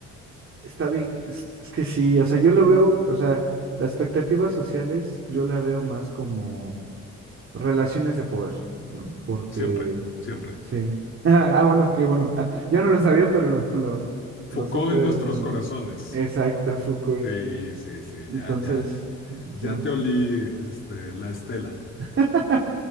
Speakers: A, on the right (about 45°); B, on the left (about 40°).
A: está bien, es, es que sí, o sea, yo lo veo, o sea, las expectativas sociales yo la veo más como Relaciones de poder, ¿no? Porque,
B: siempre, siempre.
A: sí. <laughs> Ah, bueno, qué bueno. <laughs> yo no lo sabía, pero lo, lo,
B: Foucault
A: lo supe
B: en
A: de
B: nuestros
A: uno.
B: corazones.
A: Exacto, Foucault.
B: Sí, sí, sí,
A: Entonces,
B: ya, ya, ya, ya
A: sí.
B: te olí este, la estela.
A: <laughs>